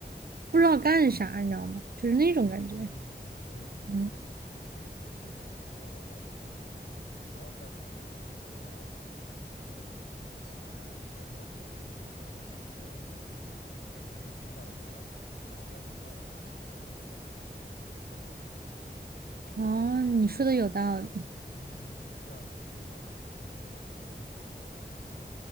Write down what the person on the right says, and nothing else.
不知道干啥，你知道吗？就是那种感觉。
嗯，
哦，你说的有道理。